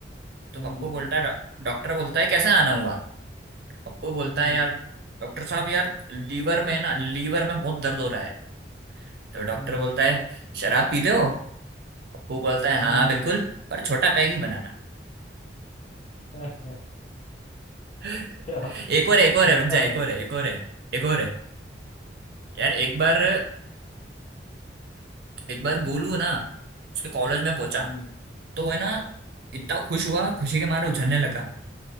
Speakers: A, on the right (about 60°); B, on the left (about 40°).
A: तो
B: हम्म
A: पप्पू बोलता है डॉ- डॉक्टर बोलता है कैसे आना हुआ पप्पू बोलता
B: हम्म
A: है यार डॉक्टर साहब यार लीवर में ना लीवर में बहुत दर्द हो रहा है तो डॉक्टर
B: हम्म
A: बोलता है शराब पीते हो पप्पू बोलता है
B: हम्म
A: हाँ बिल्कुल पर छोटा पैग ही बनाना
B: <laughs>
A: <laughs>
B: अच्छा
A: एक और एक
B: छोटा
A: और है रुक जा एक
B: था
A: और है एक और है एक और है यार एक बार एक बार गोलू है ना उसके कॉलेज में पहुंचा
B: हम्म
A: तो वह ना इतना
B: हम्म
A: खुश हुआ खुशी के मारे उछलने लगा